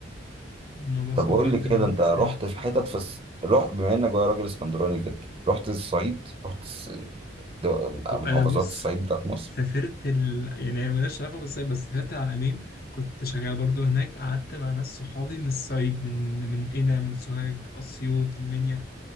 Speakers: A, on the left (about 50°); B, on the right (about 30°).
A: الموضوع
B: طب
A: صعب
B: قول
A: جدا
B: لي كده
A: وانت
B: انت
A: سايق
B: رحت
A: وكده
B: في حتت في الس... رحت بما انك بقى راجل اسكندراني كده رحت الصعيد رحت الس... دو-
A: ب-
B: محافظات
A: انا بص
B: الصعيد بتاعت مصر
A: سافرت ال... يعني هي مالهاش علاقه بالصيد بس سافرت العلمين كنت شغال برضو هناك قعدت مع ناس صحابي من الصعيد من من قنا من سوهاج اسيوط المنيا